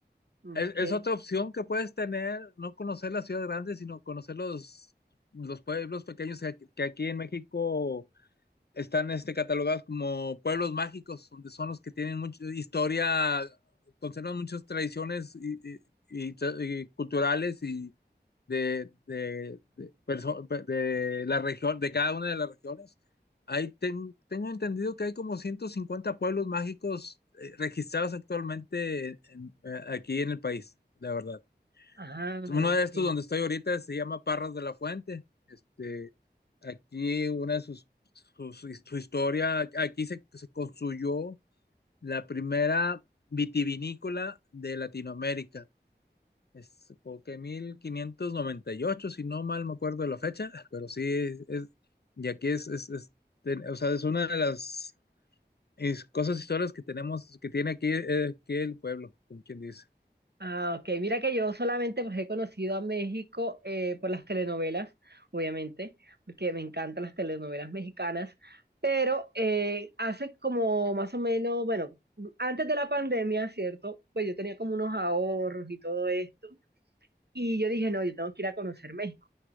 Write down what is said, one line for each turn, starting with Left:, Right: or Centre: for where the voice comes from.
Right: Ok.
Left: Es, es otra opción que puedes tener, no conocer la ciudad grande, sino conocer los, los pueblos pequeños que, que aquí en México están este, catalogados como pueblos mágicos, donde son los que tienen mucha historia, conservan muchas tradiciones y, y- y y culturales y de, de, de, perso- de la región, de cada una de las regiones. Ahí ten- tengo entendido que hay como 150 pueblos mágicos eh, registrados actualmente en- en- eh, aquí en el país, la verdad.
Right: Ah, ok.
Left: Uno de estos donde estoy ahorita se llama Parras de la Fuente. Este, aquí una de sus, sus- su historia, aquí se, se construyó la primera vitivinícola de Latinoamérica. Es porque 1598, si no mal me acuerdo de la fecha, pero sí, es, es- y aquí es, es, es- ten- o sea, es una de las es, cosas, historias que tenemos, que tiene aquí, eh, aquí el pueblo, como quien dice.
Right: Ah, ok. Mira que yo solamente pues, he conocido a México eh, por las telenovelas, obviamente, porque me encantan las telenovelas mexicanas, pero eh, hace como más o menos, bueno, antes de la pandemia, ¿cierto? Pues yo tenía como unos ahorros y todo esto, y yo dije, no, yo tengo que ir a conocer México.